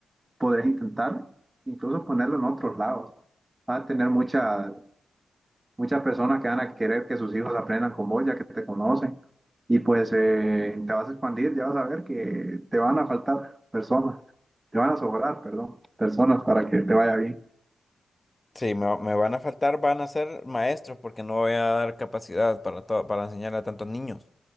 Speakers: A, on the right; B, on the left.
A: podrás intentar incluso ponerlo en otros lados. Va a tener muchas, muchas personas que van a querer que sus hijos aprendan con vos, ya que te conocen, y pues eh, te vas a expandir, ya vas a ver que te van a faltar personas, te van a sobrar, perdón, personas para que te vaya bien.
B: Sí, me, va- me van a faltar, van a ser maestros porque no voy a dar capacidad para todo, para enseñar a tantos niños.